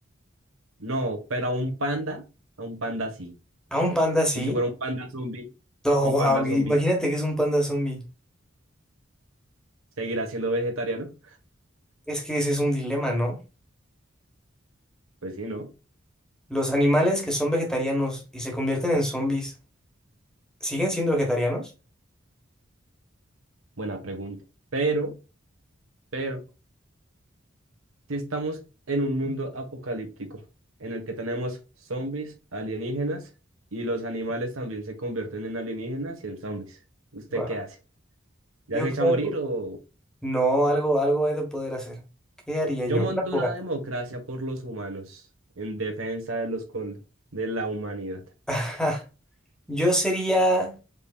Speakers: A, on the right; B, in the centre.
A: No, pero a un panda, a un panda sí.
B: ¿A un panda sí?
A: Y si fuera un panda zombie,
B: No,
A: un
B: wow,
A: panda
B: imagínate
A: zombie,
B: que es un panda zombie.
A: ¿seguirá siendo vegetariano?
B: Es que ese es un dilema, ¿no?
A: Pues sí, ¿no?
B: Los animales que son vegetarianos y se convierten en zombies, ¿siguen siendo vegetarianos?
A: Buena pregunta. Pero, pero, si estamos en un mundo apocalíptico en el que tenemos zombies, alienígenas y los animales también se convierten en alienígenas y en zombies, ¿usted
B: Wow.
A: qué hace? ¿Ya
B: Yo
A: se
B: creo.
A: echa a morir o...?
B: No, algo, algo he de poder hacer. ¿Qué haría
A: Yo
B: yo?
A: monto
B: Una fogata.
A: una democracia por los humanos en defensa de los col- de la humanidad.
B: <laughs> Ajá. Yo sería